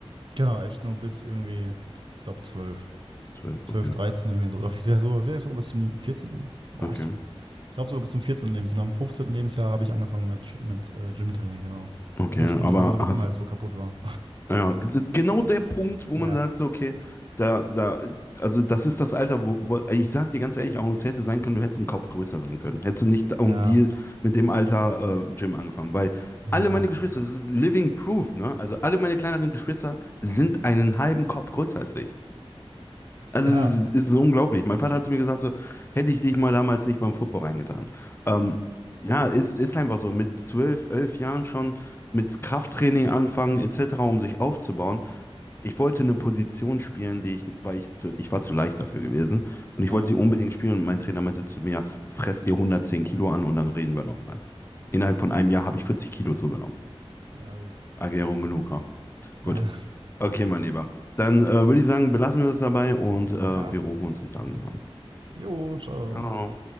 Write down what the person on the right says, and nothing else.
Genau, echt nur bis irgendwie, ich glaube, 12,
12,
13 irgendwie so. Oder vielleicht sogar, vielleicht sogar bis zum 14. Boah,
ich, ich glaube sogar bis zum vierzehnten Lebensjahr. Und am fünfzehnten Lebensjahr habe ich angefangen mit, mit äh, Gymtraining, genau.
Ursprünglich,
weil mein Rücken
halt so kaputt war.
<laughs> Ja,
ja,
ja,
ja.
Ja,
ja gut. <laughs>
Ja.
ja.
Jo, ciao.